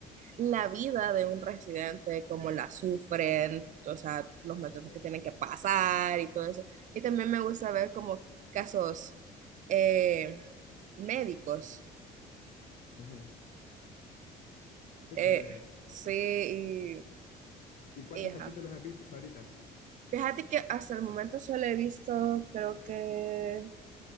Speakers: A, on the right; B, on the left.
A: la vida de un residente, cómo la sufren, o sea, los maltratos
B: Ok.
A: que tienen que pasar y todo eso. Y también me gusta ver como casos eh, médicos.
B: ujú. Qué
A: Eh,
B: chévere.
A: sí,
B: ¿Y cuántos
A: y, y ajá.
B: capítulos has visto hasta ahorita?
A: Fíjate que hasta el momento solo he visto, creo que